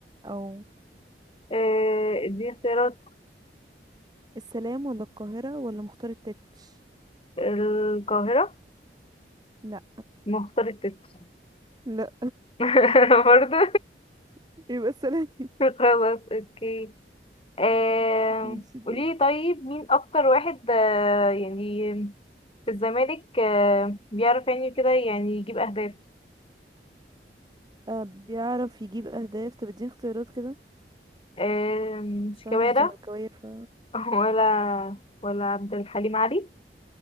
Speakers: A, on the right; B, on the left.
A: او
B: آه دي اختيارات
A: السلام ولا القاهره ولا مختار التتش
B: القاهرة
A: لا
B: مختار التت
A: لا
B: <laughs> برضه
A: <laughs> يبقى السلام
B: <laughs> خلاص اوكي آه
A: ماشي دوري
B: قولي طيب مين اكتر واحد آه يعني في الزمالك آه بيعرف يعني كده يعني يجيب اهداف
A: آه بيعرف يجيب اهداف طب اديني اختيارات كده
B: آه
A: بس
B: شيكابالا
A: انا مش زملكاويه ف
B: ولا ولا عبد الحليم علي